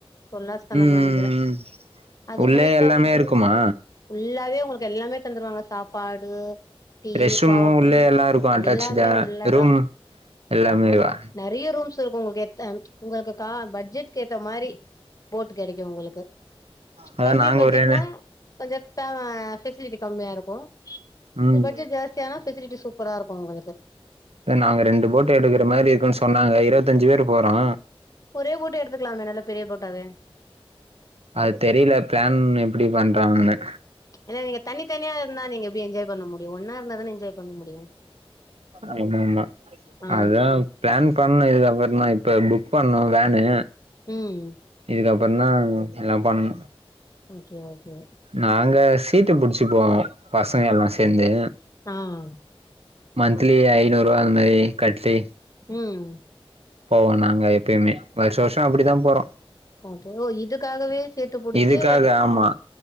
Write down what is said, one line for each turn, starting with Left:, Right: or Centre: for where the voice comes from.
Left: டுவல் ஹார்ஸ் கணக்குனு
Right: ம்
Left: நெனைக்கிற அது
Right: உள்ளே
Left: நைட்ல
Right: எல்லாமே
Left: வந்து
Right: இருக்குமா
Left: ஃபுல்லாவே உங்களுக்கு எல்லாமே தந்துருவாங்க சாப்பாடு டீ
Right: ரெஸ்ட் ரூமு
Left: காபி
Right: உள்ளே எல்லா இருக்கு அட்டாச்சுடா
Left: எல்லாமே உள்ளதா
Right: ரூம் எல்லாமேவா
Left: ஆ நெறைய ரூம்ஸ் இருக்கு உங்களுக்கு ஏத்த உங்களுக்கு கா பட்ஜெட்க்கு ஏத்த மாரி போட் கெடைக்கும உங்களுக்கு
Right: அதா
Left: கம்மி
Right: நாங்க
Left: பட்ஜெட்னா
Right: ஒரு
Left: கொஞ்ச டாம பெசிலிட்டி கம்மியா இருக்கு
Right: ம்
Left: பட்ஜெட் ஜாஸ்தியானா பெசிலிட்டி சூப்பரா இருக்கு உங்களுக்கு
Right: நாங்க ரெண்டு போட்டு எடுக்குற மாரி இருக்குன்னு சொன்னாங்க இருவத்தஞ்சி பேர் போறோ
Left: ஒரே போட்டு எடுத்துக்கலாமே நல்லா பெரிய போட்டாவே
Right: அது தெரியல பிளான் எப்டி பண்றாங்கனு
Left: ஏனா நீங்க தனித்தனியா இருந்தா நீங்க எப்டி என்ஜாய் பண்ண முடியு ஒன்னா இருந்தா தானே என்ஜாய் பண்ண முடியு
Right: ஆமாமா
Left: ஆ
Right: அதுதா பிளான் பண்ணோ இதுக்க அப்பற தா இப்ப புக் பண்ணோ வேனு
Left: ம்
Right: இதுக்கப்பற தா எல்லா பண்ணு
Left: ஓகே ஓகே
Right: நாங்க சீட்டு புடிச்சிப்போ பசங்க எல்லா சேந்து
Left: ஆஹ்
Right: மந்த்லி ஐநூறு ரூபா அந்த மாரி கட்டி
Left: உம்
Right: போவோ நாங்க எப்பயுமே வருஷோ வருஷோ அப்டித்தா போறோ
Left: ஓஹோ இதுக்காகவே சீட்டு புடிச்சி
Right: இதுக்காக ஆமா